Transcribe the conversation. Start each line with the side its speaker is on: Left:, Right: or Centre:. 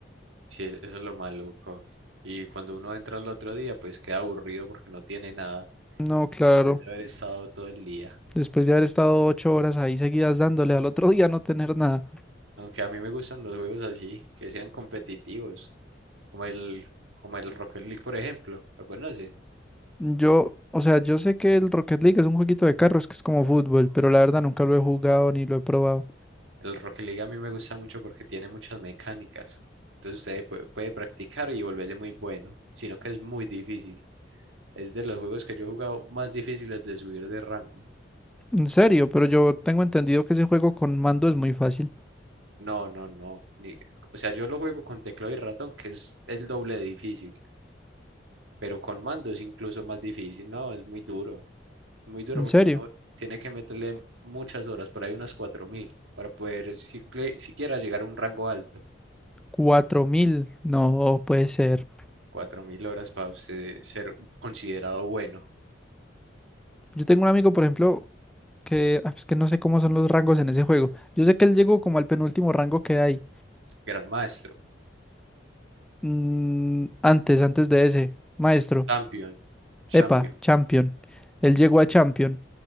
Right: Sí, es- eso es lo maluco. Y cuando uno entra al otro día, pues queda aburrido porque no tiene nada
Centre: No, claro.
Right: después de haber estado todo el día.
Centre: Después de haber estado ocho horas ahí seguidas dándole al otro <laughs> día no tener nada.
Right: Aunque a mí me gustan los juegos así, que sean competitivos, como el, como el Rocket League, por ejemplo. ¿Lo conoce
Centre: Yo, o sea, yo sé que el Rocket League es un jueguito de carros que es como fútbol, pero la verdad nunca lo he jugado ni lo he probado.
Right: El Rocket League a mí me gusta mucho porque tiene muchas mecánicas. Entonces usted puede, puede practicar y volverse muy bueno, sino que es muy difícil. Es de los juegos que yo he jugado más difíciles de subir de rango.
Centre: En serio, pero yo tengo entendido que ese juego con mando es muy fácil.
Right: No, no, no. ni- o sea, yo lo juego con teclado y ratón, que es el doble de difícil, pero con mando es incluso más difícil. No, es muy duro. Muy duro
Centre: En
Right: porque
Centre: serio.
Right: uno tiene que meterle muchas horas, por ahí unas 4.000, para poder sicle- siquiera llegar a un rango alto.
Centre: Cuatro mil, no puede ser.
Right: Cuatro mil horas para usted ser considerado bueno,
Centre: Yo tengo un amigo, por ejemplo, que ah, es que no sé cómo son los rangos en ese juego. Yo sé que él llegó como al penúltimo rango que hay.
Right: gran maestro,
Centre: Mm, antes, antes de ese, maestro.
Right: champion, champion.
Centre: Epa, champion. Él llegó a champion